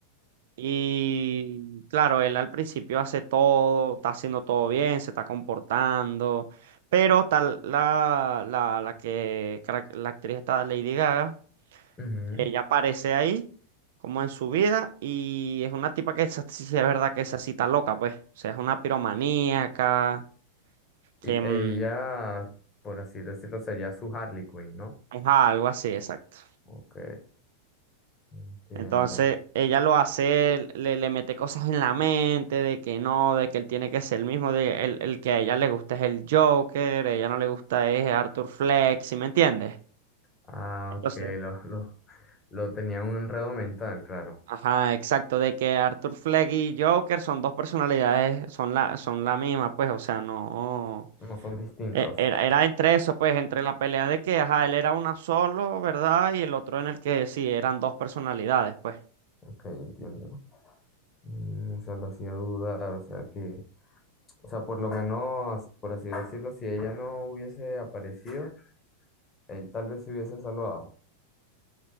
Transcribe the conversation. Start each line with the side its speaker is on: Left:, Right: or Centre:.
Right: Y claro, él al principio hace todo, está haciendo todo bien, se está comportando, pero tal la, la, la que, carac- la actriz está Lady Gaga
Left: Ujú.
Right: Ella aparece ahí, como en su vida, y es una tipa que esa sí es verdad que esa cita loca, pues. O sea, es una piromaníaca, que
Left: Y
Right: mm,
Left: ella, por así decirlo, sería su Harley Quinn, ¿no?
Right: es algo así, exacto.
Left: Ok, entiendo.
Right: Entonces, ella lo hace, le, le mete cosas en la mente de que no, de que él tiene que ser el mismo, de el, el que a ella le gusta es el Joker, a ella no le gusta es Arthur Fleck, ¿sí me entiendes?
Left: Ah,
Right: Entonces,
Left: ok, lo, lo, lo tenía un enredo mental, claro.
Right: ajá, exacto, de que Arthur Fleck y Joker son dos personalidades, son la, son la misma, pues, o sea, no.
Left: No son distintos.
Right: e- Era, era entre eso, pues, entre la pelea de que, ajá, él era una solo, ¿verdad? Y el otro en el que sí, eran dos personalidades, pues.
Left: Ok, entiendo. Mm, o sea, lo hacía dudar, o sea que, o sea, por lo menos, por así decirlo, si ella no hubiese aparecido, él tal vez se hubiese salvado.